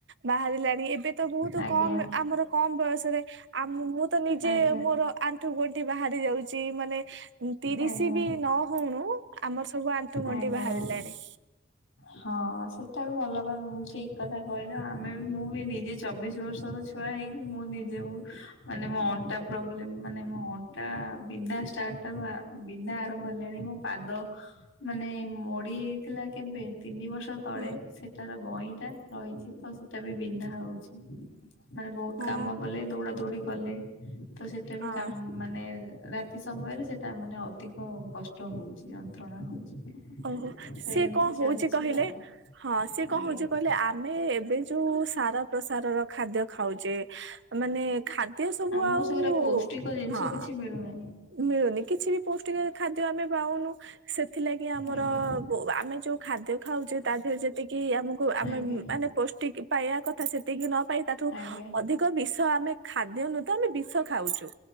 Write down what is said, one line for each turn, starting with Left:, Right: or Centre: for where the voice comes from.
Right: ବାହାରିଲାଣି ଏବେ ତ ବହୁତ
Left: ଆଜ୍ଞା
Right: କମ ଆମର କମ ବୟସରେ ଆମ ମୁଁ ତ ନିଜେ
Left: ଆଜ୍ଞା
Right: ମୋର ଆଣ୍ଠୁ ଗଣ୍ଠି ବାହାରି ଯାଉଚି ମାନେ ତିରିସି
Left: ଆଜ୍ଞା
Right: ବି ନ ହଉଣୁ ଆମର ସବୁ ଆଣ୍ଠୁ ଗଣ୍ଠି
Left: ଆଜ୍ଞା
Right: ବାହାରିଲାଣି।
Left: ହଁ ସେଟା ବି ଭଲ। ମମ ଠିକ କଥା କହିଲ ଆମେ ବି ମୁଁ ବି ନିଜେ ଚବିଶ ବର୍ଷର ଛୁଆ ହେଇକି ମୁଁ ନିଜେକୁ ମାନେ ମୋ ଅଣ୍ଟା ପ୍ରୋବ୍ଲେମ୍ ମାନେ ମୋ ଅଣ୍ଟା ବିନ୍ଧା ଷ୍ଟାର୍ଟ ଣ୍ଟା ବା ବିନ୍ଧା ଆରମ୍ଭ ହେଲାଣି ମୋ ପାଦ ମାନେ ମୋଡି ହେଇଥିଲା କେବେ ତିନି ବର୍ଷ ତଳେ
Right: ହୁଁ
Left: ସେ ତାର ଗଇଁଟା ରହିଚି ତ ସେଟା ବି ବିନ୍ଧା ହଉଚି। ମାନେ ବହୁତ
Right: ହଁ
Left: କାମ କଲେ ଦୌଡା ଦୌଡି କଲେ ତ ସେଟା ବି
Right: ହଁ।
Left: କାମ ମାନେ ରା ଏତି ସମୟରେ ସେଇଟା ମାନେ ଅଧିକ କଷ୍ଟ ହଉଚି। ଯନ୍ତ୍ରଣା ହଉଚି
Right: ଓହୋ
Left: ତ
Right: ସିଏ
Left: ଏମିତି
Right: କଣ ହଉଛି
Left: ଚାଲିଚି
Right: କହିଲେ
Left: ଆଉ।
Right: ହଁ ସିଏ କହୁଉଚି
Left: ଆଜ୍ଞା ଆଜ୍ଞା
Right: କହିଲେ ଆମେ ଏବେ ଯୋଉ ସାର ପ୍ରସାରର ଖାଦ୍ୟ ଖାଉଚେ ମାନେ ଖାଦ୍ୟ ସବୁ
Left: ଆମକୁ
Right: ଆଉ
Left: ସେଗୁରା ପୌଷ୍ଟିକ ଜିନିଷ
Right: ହଁ
Left: କିଛି ମିଳୁନି
Right: ମିଳୁନି କିଛି ବି ପୌଷ୍ଟିକ ଖାଦ୍ୟ ଆମେ ପାଉନୁ। ସେଥିଲାଗି ଆମର
Left: ଆଜ୍ଞା
Right: ବୋ ଆମେ ଯୋଉ ଖାଦ୍ୟ ଖାଉଚେ ତା ଯେତିକି ଆମକୁ ଆମେ
Left: ଆଜ୍ଞା
Right: ମାନେ ପୌଷ୍ଟିକ ପାଇବା କଥା ସେତିକି ନ ପାଇ ତାଠୁ
Left: ଆଜ୍ଞା
Right: ଅଧିକ ବିଷ ଆମେ ଖାଦ୍ୟ ନୁ ତ ଆମେ ବିଷ ଖାଉଚୁ।